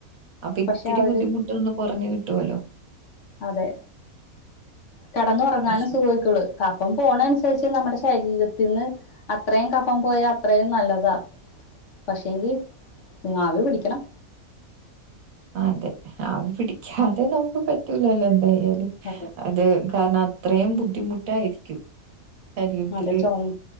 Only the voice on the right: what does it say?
അപ്പൊ ഇത്തിരി
ബുദ്ധിമുട്ട് ഒന്ന് കുറഞ്ഞു കിട്ടുവല്ലോ
പക്ഷെ
അതെ ആവി പിടിക്കാതെ നമുക്ക് പറ്റൂലല്ലോ എന്തേ <unintelligible>
അത് കാറിനാത്ത അത്രയും ബുദ്ധിമുട്ടായിരിക്കും ശരീരത്തില്